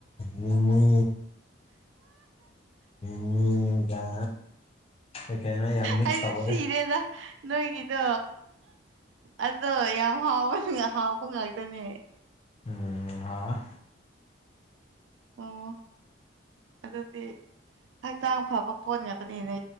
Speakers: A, on the left (about 30°); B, on the right (about 75°).
A: ꯃꯤꯃꯤ ꯃꯤꯃꯤꯒ ꯀꯩ ꯀꯩꯅꯣ ꯌꯥꯝ ꯃꯤꯛꯁ
B: ꯑꯩꯩꯗꯤ
A: ꯇꯧꯋꯦꯗ
B: ꯁꯤꯔꯦꯗ ꯅꯣꯏꯒꯤꯗꯣ ꯑꯗꯣ ꯌꯥꯝ ꯍꯥꯎꯕ ꯉꯥ ꯍꯥꯎꯕ ꯉꯥꯛꯇꯅꯦ
A: ꯎꯝ ꯍꯥꯎꯑꯦ
B: ꯑꯣ ꯑꯗꯨꯗꯤ ꯍꯛꯆꯥꯡ ꯐꯕ ꯄꯣꯠ ꯉꯥꯛꯇꯅꯤꯅꯦ